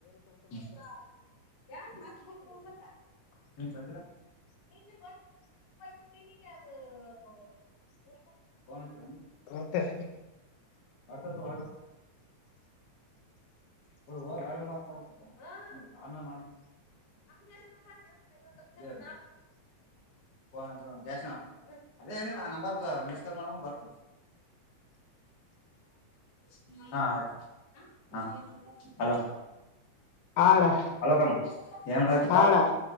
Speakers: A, on the left; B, on the left.
A: <unintelligible> <unintelligible> ಫೋನ್ ಹಚ್ಚಿಲೇನು
B: <unintelligible>
A: ವರ್ಷ ಹಗ ಒಳಂಬಾಣ ಹ ನೇ <unintelligible> ಹ ಜಷನ ಅದೇ ಏನಿಲ್ಲ ನಂಬರ್ ಮಿಸ್ ಕಾಲ್ ಮಾಡಮ್ಮ ಬರ್ತದ ಆ್ತ <unintelligible> ಹಾ ಆಯ್ತು ಹಾ ಅಲೋ
B: ಆಳ <unintelligible>
A: ಅಲ್ಲ ತಮ್ಮ ಮಾಡಕತ್ತಪ್ಪಾ
B: ಹಾಳ